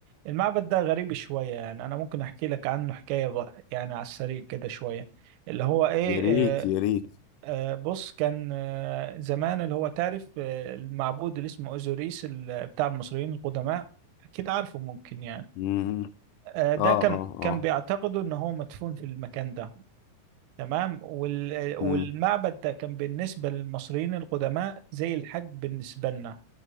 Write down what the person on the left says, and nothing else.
يا ريت
يا ريت
مم.
اه
اه
اه
مم.